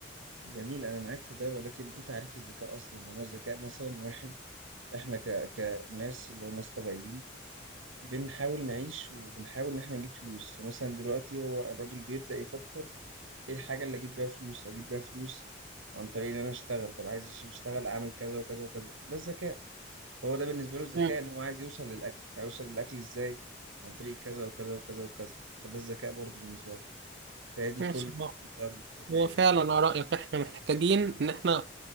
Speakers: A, on the right (about 80°); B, on the right (about 60°).
A: جميل أنا معاك في ده ولكن إيه تعريف الذكاء أصلا ما هو الذكاء مثلا واحد احنا ك... كناس اللي هو ناس طبيعيين بنحاول نعيش وبنحاول ان احنا نجيب فلوس فمثلا دلوقتي هو الراجل بيبدأ يفكر ايه الحاجة اللي اجيب بيها فلوس اجيب بيها فلوس عن طريق ان انا اشتغل طب عايز عشان اشتغل اعمل كذا وكذا وكذا ده الذكاء هو ده بالنسبة له الذكاء
B: مم.
A: ان هو عايز يوصل للاكل فيوصل للاكل ازاي عن طريق كذا وكذا وكذا وكذا فده الذكاء برضو بالنسبة له فهي دي
B: ماشي
A: كل
B: بقى.
A: ده الذكاء
B: هو
A: يعني.
B: فعلا على رأيك احنا محتاجين ان احنا